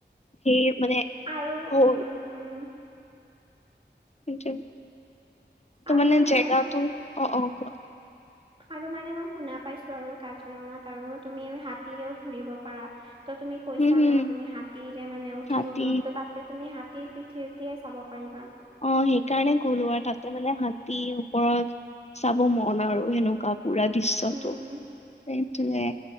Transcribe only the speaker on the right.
আৰু
উম, উম,
আৰু
মই
আৰু মানে মই শুনা পাইছো আৰু কাজিৰঙাত আৰু তুমি হাতীৰেও ঘুৰিব পাৰা। ত' তুমি কৈছা
ন'! তুমি হাতীৰে মানে, উঠিব
মনটো তাত ত' তুমি হাতীৰ পিঠিত উঠিয়ে চাব পাৰিবা।
উম।